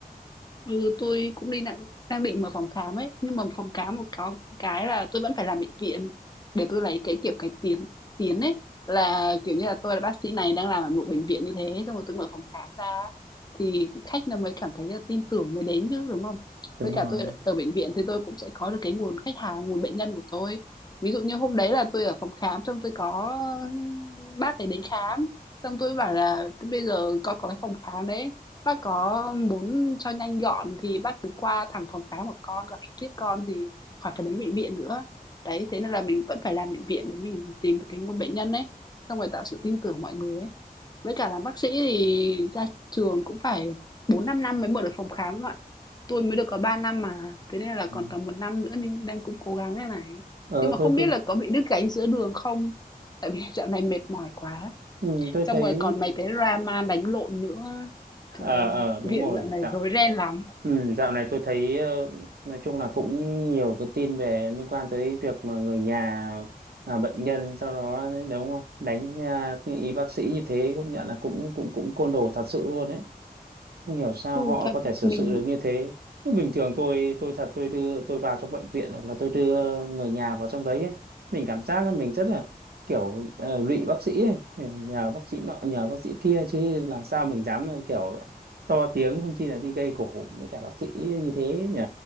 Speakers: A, on the left; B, on the right.
A: Ừ, tôi cũng đi đang đang định mở phòng khám ấy, nhưng mà phòng khám một có cái là tôi vẫn phải làm bệnh viện để tôi lấy cái kiểu cái tiến tiến ấy là kiểu như là tôi là bác sĩ này đang làm ở một bệnh viện như thế xong rồi tôi mở phòng khám ra thì khách nó mới cảm thấy là tin tưởng mới đến chứ đúng không?
B: đúng
A: Với cả
B: rồi
A: tôi ở bệnh viện thì tôi cũng sẽ có được cái nguồn khách hàng, nguồn bệnh nhân của tôi. Ví dụ như hôm đấy là tôi ở phòng khám xong tôi có bác ấy đến khám xong tôi bảo là bây giờ con có cái phòng khám đấy Bác có muốn cho nhanh gọn thì bác cứ qua thẳng phòng khám của con, gặp trực tiếp con thì khỏi phải đến bệnh viện nữa. Đấy, thế nên là mình vẫn phải làm bệnh viện để mình tìm được cái nguồn bệnh nhân ấy, xong rồi tạo sự tin tưởng mọi người ấy. Với cả làm bác sĩ thì ra trường cũng phải bốn năm năm mới mở được phòng khám ạ. Tôi mới được có 3 năm mà, thế nên là còn
B: ừ.
A: tầm một năm nữa nên đang cũng cố gắng đây này.
B: ờ
A: Nhưng mà không
B: tôi
A: biết
B: cứ
A: là có bị đứt gánh giữa đường không? Tại vì <laughs> dạo này mệt mỏi quá.
B: ừ, tôi
A: Xong
B: thấy
A: rồi còn mấy cái drama đánh lộn nữa.
B: ờ
A: Trời
B: ờ
A: ơi, viện
B: đúng rồi
A: dạo này
B: dạo
A: rối ren lắm.
B: Ừ, dạo này tôi thấy ờ, nói chung là cũng nhiều cái tin về liên quan tới việc mà người nhà à, bệnh nhân sau đó đấy, đúng không đánh à, như ý bác sĩ như thế cũng nhận là cũng cũng cũng côn đồ thật sự luôn đấy không hiểu sao
A: Ừ,
B: họ
A: thật
B: có thể xử
A: mình
B: sự được như thế nhưng bình thường tôi tôi thật tôi đưa tôi vào trong bệnh viện hoặc là tôi đưa người nhà vào trong đấy ấy. mình cảm giác là mình rất là kiểu ờ, lụy bác sĩ ấy. nhờ bác sĩ nọ nhờ bác sĩ kia chứ làm sao mình dám là kiểu to tiếng không chi là đi gây gổ với cả bác sĩ như thế nhỉ